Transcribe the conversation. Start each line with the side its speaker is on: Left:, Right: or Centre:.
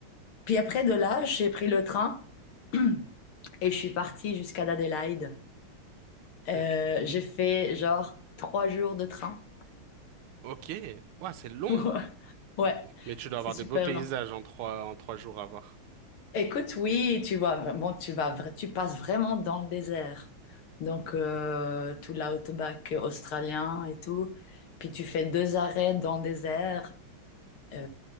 Left: Puis après, de là, j'ai pris le train. <clears throat> et je suis partie jusqu'à Adélaïde. Euh,
Right: Ok.
Left: j'ai fait genre trois jours de train.
Right: Ok. Ouah, c'est long.
Left: <laughs> Ouais,
Right: Mais tu dois
Left: c'est
Right: avoir
Left: super
Right: des beaux paysages
Left: long.
Right: en trois, en trois jours à voir.
Left: Écoute, oui, tu vois, bon, tu vas, vra- tu passes vraiment dans le désert. Donc, euh, tout l'outback australien et tout. Puis tu fais deux arrêts dans le désert. Il